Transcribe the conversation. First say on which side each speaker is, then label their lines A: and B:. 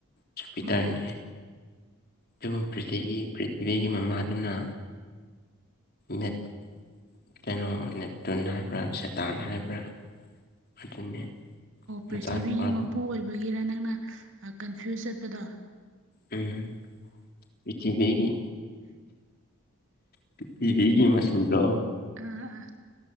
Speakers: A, on the left; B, on the right.
A: ꯖꯨꯄꯤꯇꯔꯅꯦ
B: ꯍꯣꯏ
A: ꯑꯗꯨꯒ ꯄ꯭ꯔꯤꯊ ꯄ꯭ꯔꯤꯊꯤꯕꯤꯒꯤ ꯃꯃꯥꯗꯨꯅ ꯅꯦꯠ ꯀꯩꯅꯣ ꯅꯦꯇꯨꯟ ꯍꯥꯏꯕ꯭ꯔꯥ ꯁꯦꯇꯥꯟ ꯍꯥꯏꯕ꯭ꯔꯥ ꯑꯗꯨꯅꯦ
B: ꯑꯣ ꯄ꯭ꯔꯤꯊꯤꯕꯤꯒꯤ
A: ꯃꯆꯥꯅꯨꯄꯥ
B: ꯃꯄꯨ ꯑꯣꯏꯕꯒꯤꯔ ꯅꯪꯅ ꯀꯟꯐ꯭ꯌꯨꯁ ꯆꯠꯄꯗꯣ
A: ꯎꯝ ꯄꯆꯕꯒꯤ ꯄ꯭ꯔꯤꯊꯤꯕꯤꯤꯒꯤ ꯃꯆꯨꯗꯣ
B: ꯑ